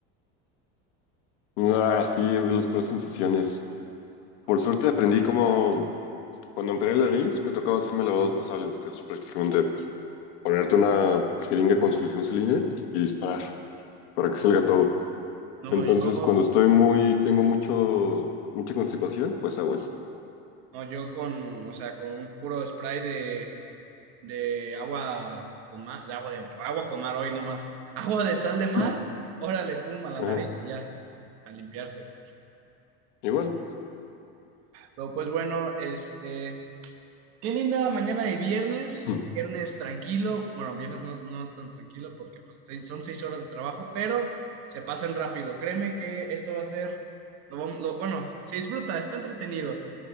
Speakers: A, on the left; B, on the right.
A: Ah, sí, es de las peores sensaciones. Por suerte aprendí cómo, cuando operé la nariz, me tocaba hacerme lavados nasales, que es prácticamente ponerte una jeringa con solución salina y disparar para que salga todo.
B: No,
A: Entonces,
B: yo,
A: cuando estoy muy, tengo mucho, mucha constipación, pues hago eso.
B: no, yo con, o sea, con un puro spray de, de agua con mar, de agua de agua con mar hoy nomás. <laughs> Agua de sal de mar,
A: Mm,
B: órale, pum, a la
A: Ajá,
B: nariz y ya, a limpiarse.
A: igual.
B: Pero pues bueno, este, Qué linda mañana de viernes,
A: Mm.
B: viernes tranquilo, bueno, viernes no, no es tan tranquilo porque pues, se- son seis horas de trabajo, pero se pasan rápido. Créeme que esto va a ser, lo vam- lo- bueno, se disfruta, está entretenido.